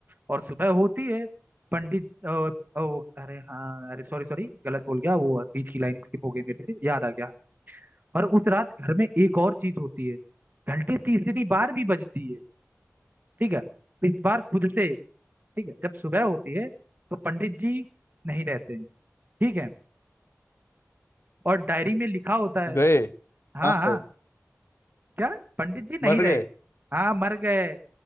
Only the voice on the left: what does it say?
गए कहाँ
गए
मर
गए